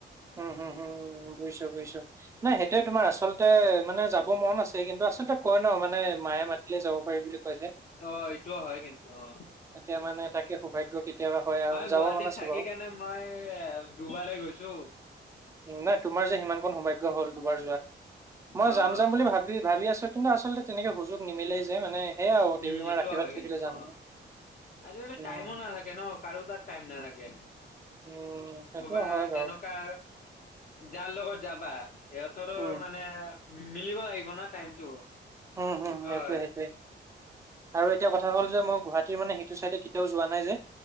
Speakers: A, on the right; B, on the left.
A: উম, হম, হম। বুজিছোঁ, বুজিছোঁ নাই সেইটোৱে তোমাৰ আচলতে মানে যাব মন আছে কিন্তু আচলতে কয় নহ মানে মায়ে মাতিলে যাব পাৰি বুলি। কয় যে।
B: অহ, এইটো হয় কিন্তু অহ,
A: এতিয়া মানে তাকে সৌভাগ্য কেতিয়াবা হয় আৰু
B: মই
A: যাব
B: গুৱাহাটীত
A: মন আছে
B: থাকি
A: বাৰু।
B: কেনে মই দুবাৰে গৈছোঁ।
A: নাই তোমাৰ যে সিমানকণ সৌভাগ্য হ'ল দুবাৰ যোৱা। মই
B: অ',
A: যাম, যাম বুলি ভাবি, ভাবি আছ কিন্তু আচলতে তেনেকে সুযোগ নিমিলেই যে মানে সেয়া আৰু
B: উম,
A: দেৱী মাৰ
B: এইটোও
A: আশীৰ্বাদ
B: হয়
A: থাকিলে
B: কিন্তু
A: যামগে।
B: অহ, আজিকালি
A: উম,
B: টাইমো নাথাকে নহ, কাৰোঁ তাত টাইম নাথাকে।
A: উম, সেইটো
B: ক'বা
A: হয় বাৰু।
B: যেনেকুৱা যাৰ লগত যাবা ইহঁতৰো
A: উম,
B: মানে উম, মিলিব লাগিব নহ, টাইমটো।
A: উম, হম,
B: সেইটো
A: সেইটোৱে,
B: হয়
A: সেইটোৱে। আৰু এতিয়া কথা হ'ল যে মই গুৱাহাটীৰ মানে সেইটো চাইডে কেতিয়াও যোৱা নাই যে।